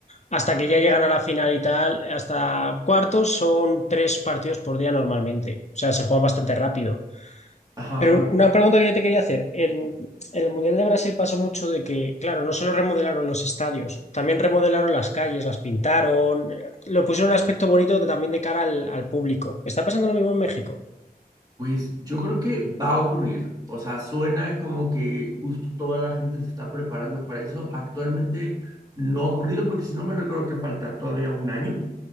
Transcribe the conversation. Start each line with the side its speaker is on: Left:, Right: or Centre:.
Left: Hasta que ya llegan a la final y tal, hasta cuartos son tres partidos por día normalmente. O sea, se juega bastante rápido.
Right: Ajá,
Left: Pero
Right: ajá.
Left: un- una pregunta que yo te quería hacer. En, en el Mundial de Brasil pasó mucho de que, claro, no solo remodelaron los estadios, también remodelaron las calles, las pintaron, eh, lo pusieron un aspecto bonito de- también de cara al, al público. ¿Está pasando lo mismo en México?
Right: Pues yo creo que va a ocurrir. O sea, suena como que justo toda la gente se está preparando para eso. Actualmente no ha ocurrido porque si no me recuerdo que falta todavía un año.